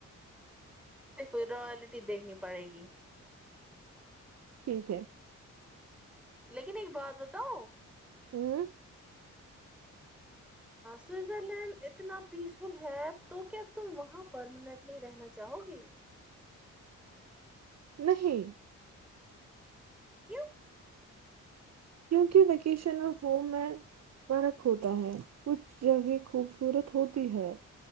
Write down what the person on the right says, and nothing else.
ٹھیک ہے
ہوں
نہیں
کیونکہ ویکیشن آف ہوم میں فرق ہوتا ہے کچھ جگہ خوبصورت ہوتی ہے